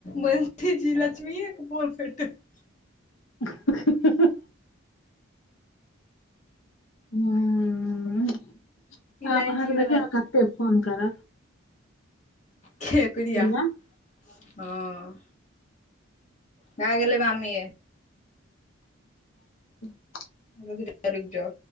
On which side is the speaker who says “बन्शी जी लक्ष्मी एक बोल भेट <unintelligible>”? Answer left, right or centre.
Left